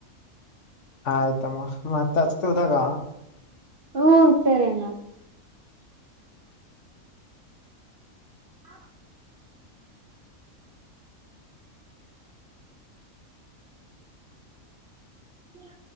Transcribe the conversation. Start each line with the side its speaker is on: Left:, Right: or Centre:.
Left: ಆ ಆಯ್ತಮ್ಮ ಮತ್ತ ಅಚ್ತ್ ಹದಾಗ
Right: ಹ್ಮ ಸರಿನಾ ಹ ಹ್ಮ